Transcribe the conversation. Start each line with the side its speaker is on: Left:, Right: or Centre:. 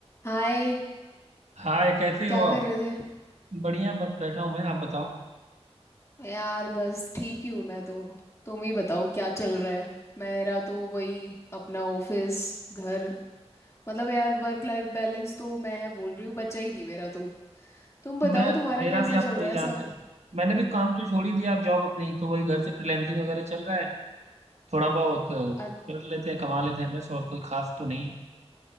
Left: हाय
Right: हाय कैसे हो
Left: क्या
Right: आप
Left: कर रहे थे
Right: बढ़िया बस बैठा हूँ मैं आप बताओ
Left: यार बस ठीक ही हूँ मैं तो तुम ही बताओ क्या चल रहा है मेरा तो वही अपना ऑफिस घर मतलब यार वर्क लाइफ बैलेंस तो मैं बोल रही हूँ बचा ही नहीं मेरा तो तुम बताओ
Right: मैं
Left: तुम्हारा
Right: मेरा
Left: कैसा
Right: भी
Left: चल
Right: आप वही
Left: रहा है
Right: जानते
Left: सब
Right: हो मैंने भी काम तो छोड़ ही दिया आप जॉब अपनी तो वही घर से फ्रीलैंसिंग वगैरह चल रहा है थोड़ा बहुत कर
Left: अ-
Right: लेते हैं कमा लेते हैं बस और कोई खास तो नहीं है